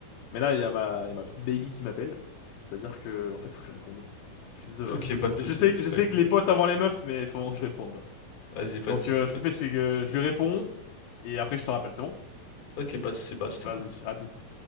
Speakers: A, on the left (about 75°); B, on the left (about 55°).
A: Mais là, il y a ma, il y a ma petite baby qui m'appelle. C'est-à-dire que, en fait, faut que je réponde. Je suis désolé,
B: Ok
A: hein.
B: pas de
A: Je
B: soucis
A: sais, je sais
B: Bah, écoute
A: que les potes avant les meufs, mais il faut vraiment que je réponde, là.
B: Vas-y, pas
A: Donc,
B: de soucis,
A: euh,
B: pas
A: ce qu'on
B: de
A: fait,
B: soucis.
A: c'est que je lui réponds et après, je te rappelle, c'est bon?
B: Ok, pas de soucis, bah à tout
A: Vas-y,
B: à l'heure.
A: à toute